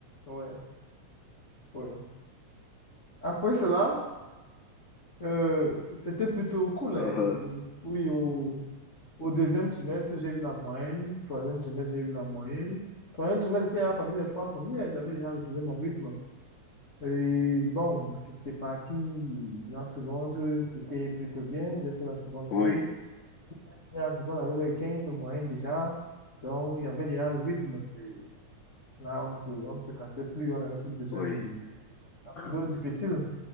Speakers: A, on the left (about 30°); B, on the left (about 70°).
A: Ouais, ouais. Après cela, euh, c'était plutôt cool,
B: Euh,
A: hein. Oui, au- Au deuxième trimestre, j'ai eu la moyenne. Au troisième trimestre, j'ai eu la moyenne. Troisième trimestre, j'étais là parmi les trois premiers. J'avais déjà retrouvé mon rythme. Et bon, c'est c'est parti. En seconde, c'était plutôt bien. J'ai fait la seconde
B: oui,
A: C. Et en seconde, on avait le 15 de moyenne déjà. Donc, il y avait déjà le rythme. Et là, on ne se, on ne se cassait plus. On n'avait plus besoin
B: oui.
A: de
B: <laughs>
A: la période
B: Uh-huh.
A: difficile.